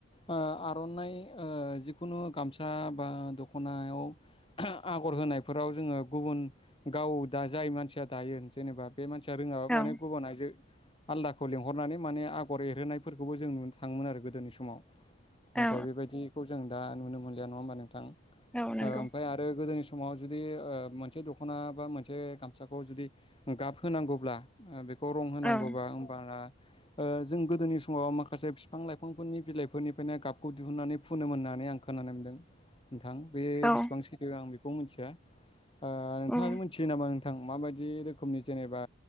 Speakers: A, on the left; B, in the centre.
A: ओ आर'नाइ ओ जिखुनु गामसा बा दखना नायाव आगर होनायफोराव जोङो गुबुन गाव दा जाय मानसिया दायो जेनेबा बे मानसिया रोङाबा माने
B: औ
A: गुबुन आइजो आलदाखौ लिंहरनानै माने आगर एरहोनायफोरखौबो जों नुनो थाङोमोन आरो गोदोनि समाव नाथाय
B: औ
A: बेबायदिखौ जों दा नुनो मोनलिया नङा होमबा नोंथां
B: औ नंगौ
A: ओ ओमफ्राय आरो गोदोनि समाव जुदि ओ मोनसे दख दखना बा मोन गसाखौ जुदि गाब होनांगौब्ला खौ रं होनांगौबा
B: औ
A: होमबाना ओ जों गोदोनि समाव माखासे बिफां लाइफांफोरनि बिलाइफोरनिफ्रायनो गाबखौ दिहुननानै फुनोमोन होननानै आं खोनानो मोन्दों नोंथां बे
B: औ
A: बेसेबां सैथो आं बेखौ मिथिया ओ नोंथाङानो
B: औ
A: मिथियो नामा नोंथां? थां माबायदि रोखोमनि जेनेबा